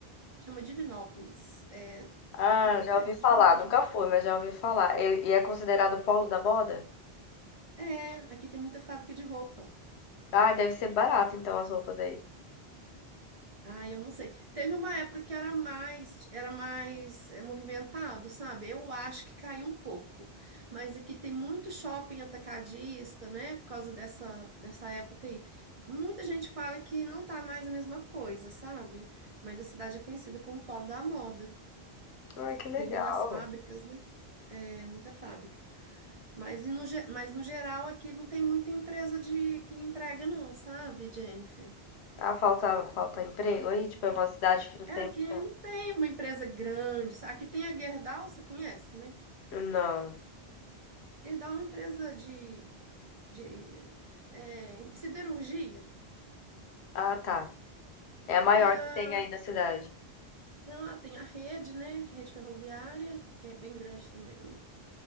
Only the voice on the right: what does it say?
Chama Divinópolis. É,
fica
perto
de Belo Horizonte.
É, aqui tem muita fábrica de roupa.
Ah, eu não sei. Teve uma época que era mais, era mais é, movimentado, sabe? Eu acho que caiu um pouco. Mas aqui tem muito shopping atacadista, né? Por causa dessa, dessa época aí. Muita gente fala que não tá mais a mesma coisa, sabe? Mas a cidade é conhecida como polo da moda,
devido
às fábricas, né? É, muita fábrica. Mas, e no, ge- mas no geral aqui não tem muita empresa de que emprega não, sabe, Jennifer?
É,
aqui
não tem uma empresa grande. sa- Aqui tem a Gerdau, você conhece, né?
Gerdau é uma empresa de, de é, siderurgia.
Tem
a,
tem a, tem a rede, né? Rede ferroviária, que é bem grande também.